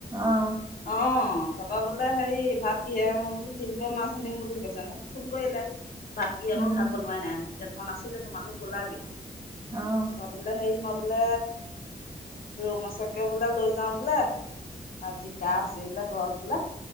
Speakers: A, on the right; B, on the left.
A: আহ
B: অ তাৰপা বোলে হেৰি ভাত কিহে মই বোলো দিন প মাছ আনিম বুলি কৈছে মোক ফোন কৰিলে ভাত কি
A: উম
B: আমাৰ ভাত বনোৱাই নাই। এতিয়া ধন আছিলে তোমালোক গ'লাগে
A: আহ
B: তাৰপা বোলে হেৰি মই বোলে ৰৌ মাছকে বোলে লৈ যাও বোলে জিকা আছে বোলে ঘৰত বোলে।